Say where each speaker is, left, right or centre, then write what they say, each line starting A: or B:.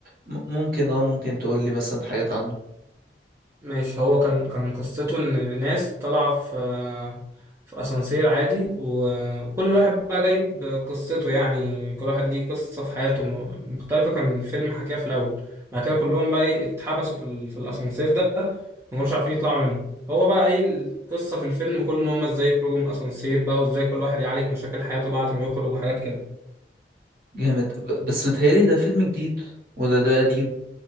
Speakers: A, on the right (about 55°); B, on the right (about 15°).
A: م- ممكن اه ممكن تقول لي مثلا حاجات عنه
B: ماشي هو كان كان قصته ان ناس طالعه في في اسانسير عادي و- وكل واحد بقى جايب قصته يعني كل واحد ليه قصه في حياته م- مختلفه كان الفيلم حكاها في الاول بعد كده كلهم بقى ايه اتحبسوا في ال- في الاسانسير ده ما كانوش عارفين يطلعوا منه هو بقى ايه القصه في الفيلم كله ان هم ازاي يخرجوا من الاسانسير بقى وازاي كل واحد يعالج مشاكل حياته بعد ما يخرج وحاجات كده
A: جامد ب- بس متهيألي ده فيلم جديد ولا ده قديم